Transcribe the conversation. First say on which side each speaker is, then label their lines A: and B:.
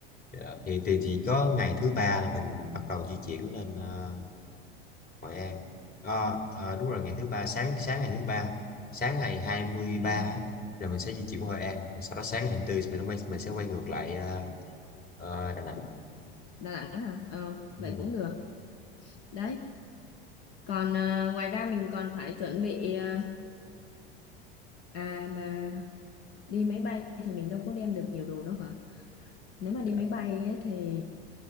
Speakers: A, on the left; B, on the left.
A: dạ. Thì thì chỉ có ngày thứ ba là mình bắt đầu di chuyển lên ờ, Hội An. Ờ, ờ, đúng rồi ngày thứ ba sáng sáng ngày thứ ba sáng ngày 23
B: ừ,
A: á, là mình sẽ di chuyển qua Hội An. Rồi sau đó sáng ngày hai mươi tư mình quay mình sẽ quay ngược lại ờ, ờ, Đà Nẵng.
B: Đà Nẵng hả ờ
A: Đúng
B: vậy
A: rồi.
B: cũng được đấy còn ờ, ngoài ra mình còn phải chuẩn bị ờ, à mà đi máy bay thì mình đâu có đem được nhiều đồ đâu hả nếu mà đi
A: Dạ.
B: máy bay ấy, thì